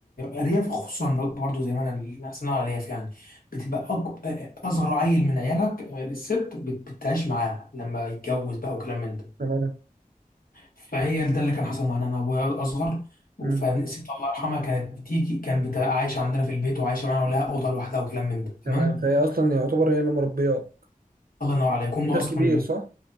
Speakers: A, on the left; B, on the right.
A: ارياف خصوصا برضو زي ما انا احسن على الارياف يعني بتبقى أكب... اصغر عيل من عيالك الست بت... بتعيش معاه لما يتجوز بقى وكلام من ده
B: تمام
A: فهي ده اللي كان حصل معانا انا ابويا اصغر
B: مم.
A: فالست الله يرحمها كانت بتيجي كانت بتبقى عايشه عندنا في البيت وعايشه معانا ولها اوضه لوحدها وكلام من ده تمام
B: تمام فهي اصلا يعتبر هي اللي مربياك
A: الله ينور عليك هم
B: انت
A: اصلا
B: الكبير
A: بت...
B: صح